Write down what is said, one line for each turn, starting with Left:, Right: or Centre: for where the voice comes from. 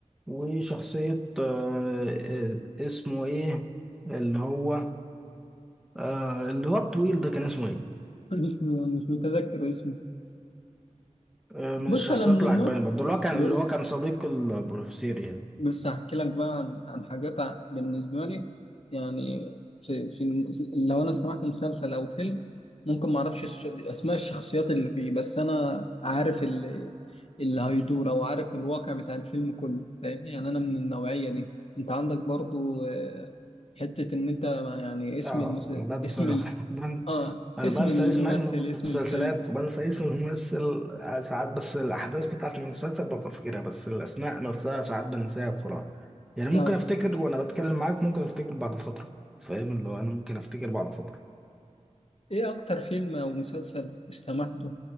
Centre: وشخصية آه، آه، اسمه ايه اللي هو آه، اللي هو الطويل ده كان اسمه ايه
Left: <laughs> مش مش متذكر اسمه
Centre: آه، من
Left: بص
Centre: الشخصيات
Left: أنا من
Centre: اللي
Left: النوع
Centre: عجباني برضو اللي هو كان
Left: بص
Centre: اللي هو كان صديق البروفيسور يعني
Left: بس هحكي لك بقى عن عن حاجات ع- بالنسبة لي يعني في, في الم- لو أنا سمعت مسلسل أو فيلم ممكن ما أعرفش الش- أسماء الشخصيات اللي فيه بس أنا عارف اللي, اللي هيدور أو عارف الواقع بتاع الفيلم كله فاهمني يعني أنا من النوعية دي أنت عندك برضو آه، حتة إن أنت يعني اسم
Centre: اه
Left: المس...
Centre: انا بنسى
Left: اسم ال...
Centre: بن...
Left: آه
Centre: انا
Left: اسم
Centre: بنسى
Left: الممثل
Centre: اسم المسلسلات
Left: اسم الفيلم
Centre: وبنسى اسم الممثل آه، ساعات بس الاحداث بتاعت المسلسل ببقى فاكرها بس الاسماء نفسها ساعات بنساها بسرعه يعني
Left: آه
Centre: ممكن افتكر وانا بتكلم معاك ممكن افتكر بعد فتره فاهم اللي هو انا ممكن افتكر بعد فتره
Left: إيه أكتر فيلم أو مسلسل استمعته